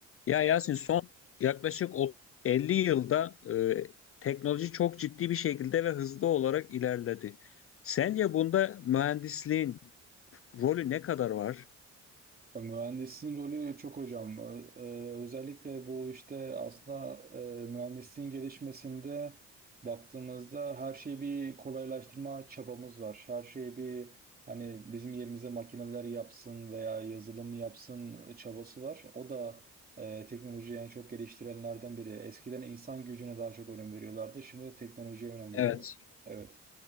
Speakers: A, on the left; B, on the right.
A: Ya Yasin son yaklaşık o- 50 yılda e, teknoloji çok ciddi bir şekilde ve hızlı olarak ilerledi. Sence bunda mühendisliğin rolü ne kadar var?
B: Ya Mühendisin rolü çok hocam. Ö- ö, Özellikle bu işte aslında e, mühendisliğin gelişmesinde baktığımızda her şeyi bir kolaylaştırma çabamız var. Her şeyi bir hani bizim yerimize makineler yapsın veya yazılım yapsın e, çabası var. O da e, teknolojiyi en çok geliştirenlerden biri. Eskiden insan gücüne daha çok önem veriyorlardı. Şimdi teknolojiye önem
A: Evet.
B: veriyor. Evet.